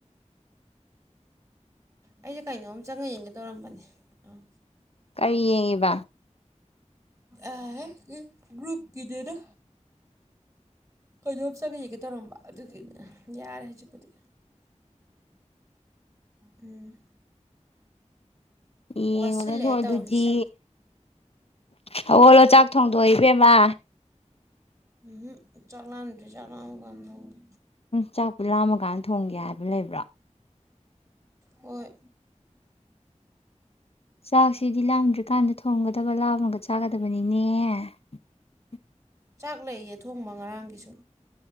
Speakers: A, on the right; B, on the left.
A: ꯑꯩꯁꯦ ꯀꯩꯅꯣꯝ ꯆꯪꯉ ꯌꯦꯡꯒꯦ ꯇꯧꯔꯝꯕꯅꯦ ꯑꯥ
B: ꯀꯔꯤ ꯌꯦꯡꯉꯤꯕ
A: ꯑꯦ ꯒ꯭ꯔꯨꯨꯞꯀꯤꯅꯦꯗꯥ ꯀꯩꯅꯣꯝ ꯆꯪꯑ ꯌꯦꯡꯒꯦ ꯇꯧꯔꯝꯕ ꯑꯗꯨꯒꯤꯅꯦ ꯌꯥꯔꯦ ꯍꯧꯖꯤꯛꯕꯨꯨꯗꯤ ꯎꯝ
B: ꯌꯦꯡ
A: ꯋꯥꯁꯤꯜꯂꯦ
B: ꯎꯔꯅꯨ ꯑꯗꯨꯗꯤ
A: ꯇꯧꯔꯤꯁꯦ
B: ꯍꯧꯒꯠꯂꯣ ꯆꯥꯛ ꯊꯣꯡꯗꯣꯛꯑꯣ ꯏꯕꯦꯝꯃ
A: ꯎꯝꯍꯨꯝ ꯆꯥꯛ ꯂꯥꯝꯗ꯭ꯔꯤ ꯆꯥꯛ ꯂꯥꯝꯃ ꯊꯣꯡꯒꯦ
B: ꯆꯥꯛꯄꯨ ꯂꯥꯝꯃꯀꯥꯟꯗ ꯊꯣꯡꯒꯦ ꯍꯥꯏꯕ ꯂꯩꯕ꯭ꯔꯣ
A: ꯍꯣꯏ
B: ꯆꯥꯛꯁꯤꯗꯤ ꯂꯥꯝꯗ꯭ꯔꯤꯀꯥꯟꯗ ꯊꯣꯡꯒꯗꯕ ꯂꯥꯝꯃꯒ ꯆꯥꯒꯗꯕꯅꯤꯅꯦ <inaudible>
A: ꯆꯥꯛ ꯂꯩꯌꯦ ꯑꯊꯣꯡꯕ ꯉꯔꯥꯡꯒꯤꯁꯨ